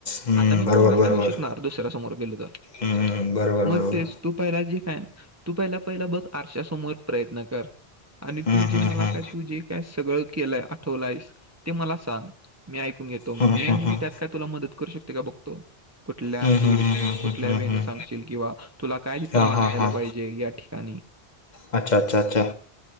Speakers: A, on the left; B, on the right.
A: हम्म,
B: आता मी
A: बरोबर
B: नॉर्मल
A: बरोबर
B: बोलू शकणार दुसऱ्या समोर गेलो तर.
A: हम्म, बरोबर बरोबर
B: मग तेस तू पहिला जे फॅन तू पहिला, पहिला बघ आरश समोर प्रयत्न कर. आणि
A: हम्म,
B: तू जे
A: हम्म,
B: मला
A: हम्म.
B: काय तू जे काय सगळं केलंय आठवलायस, ते मला सांग. मी ऐकून घेतो. मी
A: हम्म, हम्म,
B: आणि
A: हम्म.
B: की त्यात काय तुला मदत करू शकतोय का बघतो. कुठल्या
A: हम्म, हम्म,
B: तू
A: हम्म, हम्म,
B: कुठल्या
A: हम्म,
B: वेळने
A: हम्म.
B: सांगशील किंवा तुला काय तिथं
A: हां
B: मानयला
A: हां हां
B: पाहिजे या ठिकाणी. आणि
A: अच्छा अच्छा अच्छा,